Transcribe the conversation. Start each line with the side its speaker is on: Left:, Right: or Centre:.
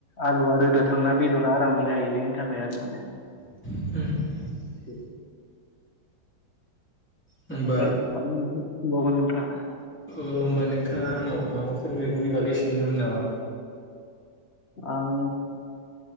Left: आलुआ रोदा थांना बेदरा आराम जाहैनायनि थाखाय आरो माने।
Centre: ओम
Left: औ ओमफ्राय
Centre: होमबा
Left: आं <inaudible> नोंसोरंबावगोन नोंथाङा
Centre: अ होमबा नोंथाङा आंनाव माबाफोर मैगंनि बागै सोंनोमोन नामा
Left: आं